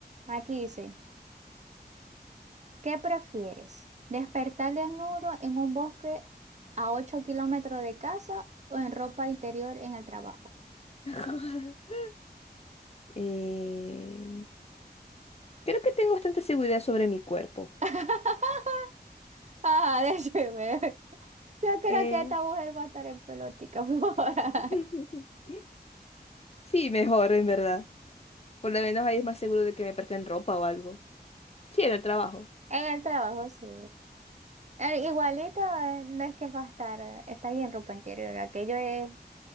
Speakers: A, on the right (about 45°); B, on the left (about 40°).
A: aquí sí. ¿Qué prefieres? ¿Despertar desnudo en un bosque a 8 kilómetros de casa o en ropa interior en el trabajo?
B: <laughs> Eh, creo que tengo bastante seguridad sobre mi cuerpo.
A: <laughs> Ah, déjeme. Yo creo
B: Eh,
A: que esta mujer va a estar en pelotica <laughs> por ahí.
B: <laughs> sí, mejor, en verdad. Por lo menos ahí es más seguro de que me presten ropa o algo. Sí, en el trabajo.
A: En el trabajo, sí. Eh, igualito, eh, no es que va a estar, eh, está ahí en ropa interior. Aquello es